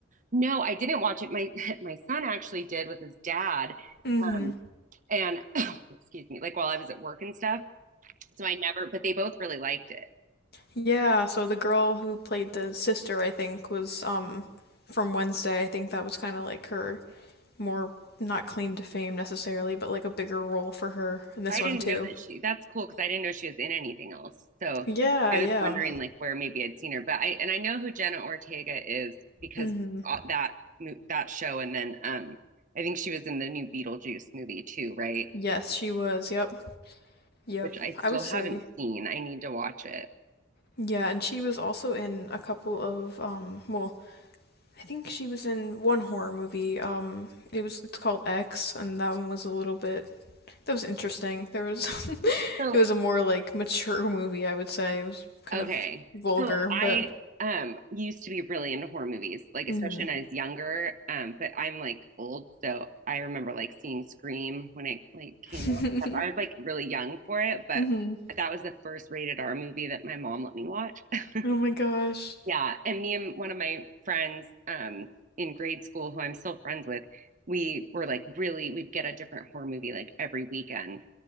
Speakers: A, on the right; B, on the left.
A: No, I didn't watch it. My <laughs> my son actually did with his dad.
B: Mm-hmm.
A: Um, and <laughs> <clears throat> excuse me, like while I was at work and stuff. So I never, but they both really liked it.
B: Yeah, so the girl who played the sister, I think, was um from Wednesday. I think that was kind of like her more not claim to fame necessarily, but like a bigger role for her in this
A: I
B: one
A: didn't
B: too.
A: know that she, that's cool because I didn't know she was in anything else. So
B: Yeah,
A: I
B: yeah.
A: was wondering like where maybe I'd seen her, but I, and I know who Jenna Ortega is because
B: Mm-hmm.
A: uh, that, mo- that show. And then, um, I think she was in the new Beetlejuice movie too, right?
B: Yes, she was. Yep. Yep.
A: Which I still
B: I would say.
A: haven't seen. I need to watch it.
B: Yeah, and she was also in a couple of um well, I think she was in one horror movie. Um it was it's called X and that one was a little bit that was interesting. There was <laughs>
A: So
B: It was a more like mature movie, I would say. It was kind
A: Okay.
B: of vulgar,
A: So
B: but
A: I um used to be really into horror movies, like
B: hmm
A: especially when I was younger. Um, but I'm like old, so I remember like seeing Scream when it like came
B: hmm
A: out and stuff. I was like really young for it, but
B: <laughs>
A: that was the first rated R movie that my mom let me watch. <laughs>
B: Oh my gosh.
A: Yeah, and me and one of my friends um in grade school who I'm still friends with, we were like really we'd get a different horror movie like every weekend.